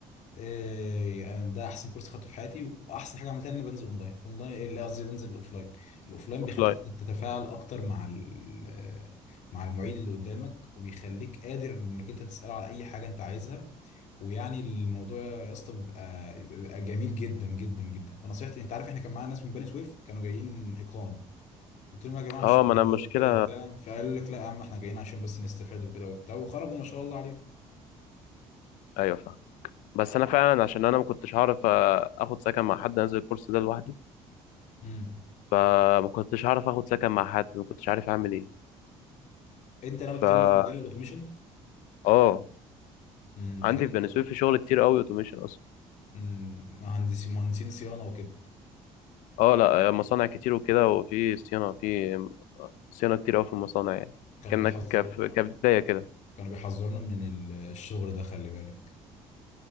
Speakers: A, on the left; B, on the left.
A: إيه يعني ده احسن كورس خدته في حياتي واحسن حاجه عملتها ان انا بنزل اونلاين اونلاين إيه اللي قصدي بنزل الاوفلاين الاوفلاين
B: اوف
A: بيخليك
B: لاين
A: تتفاعل اكتر مع ال- مع المعيد اللي قدامك وبيخليك قادر انك انت تساله على اي حاجه انت عايزها ويعني الموضوع يا اسطى بيبقى بيبقى جميل جدا جدا جدا فنصيحتي انت عارف احنا كان معانا ناس من بني سويف كانوا جايين اقامه قلت لهم يا جماعه مش
B: اه
A: الدرجات
B: ما انا المشكله
A: دي وكده وبتاع فقالوا لك لا يا عم احنا جايين عشان بس نستفاد وكده وبتاع وخرجوا ما شاء الله عليهم
B: ايوه فاهم بس انا فعلا عشان انا ما كنتش هعرف آه، اخد سكن مع حد انزل الكورس ده لوحدي
A: امم
B: فما كنتش هعرف اخد سكن مع حد ما كنتش عارف اعمل ايه
A: انت ناوي تكمل
B: فا
A: في مجال الاوتوميشن
B: اه
A: امم انت
B: عندي
A: كده
B: في بني سويف في شغل كتير قوي اوتوميشن اصلا
A: أمم، مهندسين مهندسين صيانة وكده
B: اه لا آه، مصانع كتير وكده وفي صيانه في صيانه كتير قوي في المصانع يعني
A: كانوا
B: كانك
A: بيحذرونا
B: كف- كبدايه كده
A: كانوا بيحذرونا من ال- الشغل ده خلي بالك